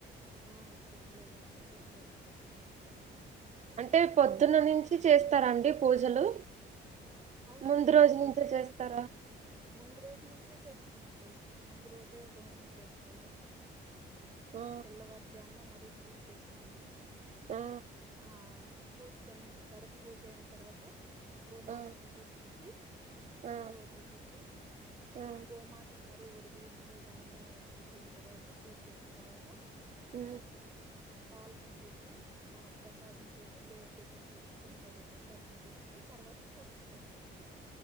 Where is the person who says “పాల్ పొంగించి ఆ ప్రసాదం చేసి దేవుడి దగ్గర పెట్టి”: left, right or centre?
Right